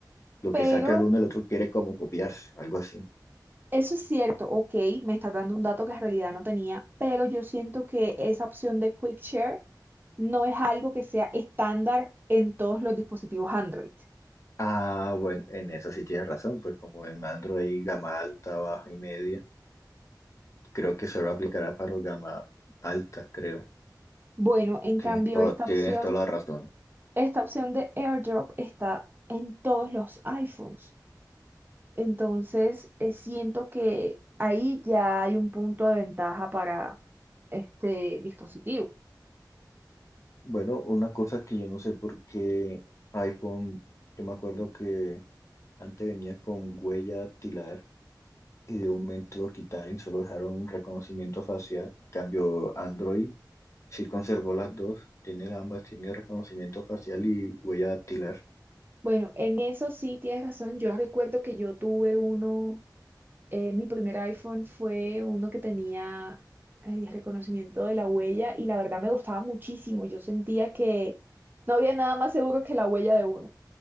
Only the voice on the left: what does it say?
lo
que saca el uno, el otro quiere como copiarse, algo así.
Ah, bueno, en eso sí tienes razón, pues como en Android gama alta, baja y media, creo que solo aplicará para los gama alta, creo.
Tienes
todo,
tienes
toda la razón.
Bueno, una cosa que yo no sé por qué iPhone, yo me acuerdo que antes venía con huella dactilar y de un momento lo quitaron, y solo dejaron reconocimiento facial. En cambio, Android sí conservó las dos, tiene ambas, tiene reconocimiento facial y huella dactilar.